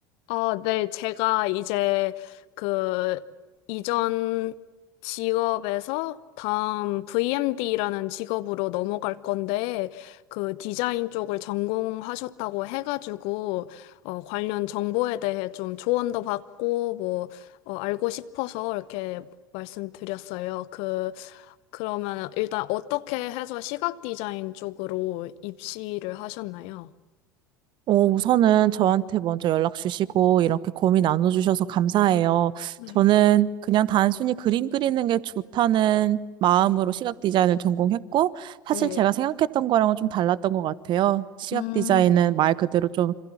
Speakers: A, on the left; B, on the right.
A: 아, 네, 제가 이제 그 이전 직업에서 다음 VMD라는 직업으로 넘어갈 건데, 그 디자인 쪽을 전공하셨다고 해가지고, 어, 관련 정보에 대해 좀 조언도 받고, 뭐, 어, 알고 싶어서 이렇게 말씀드렸어요. 그, 그러면 일단 어떻게 해서 시각 디자인 쪽으로 입시를 하셨나요?
B: 어, 우선은 저한테 먼저 연락 주시고 이렇게 고민 나눠주셔서 감사해요.
A: 네.
B: 저는 그냥 단순히 그림 그리는 게 좋다는 마음으로 시각 디자인을 전공했고 사실
A: 네.
B: 제가 생각했던 거랑은 좀 달랐던 것 같아요. 시각
A: 음.
B: 디자인은 말 그대로 좀